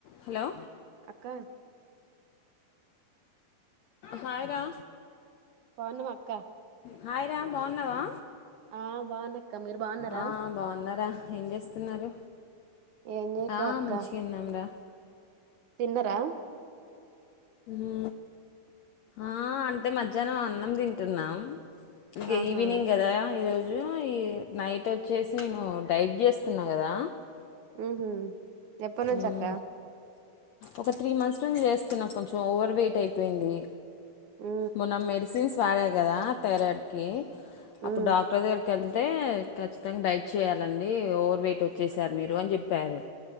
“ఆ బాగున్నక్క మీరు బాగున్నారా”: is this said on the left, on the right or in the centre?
Right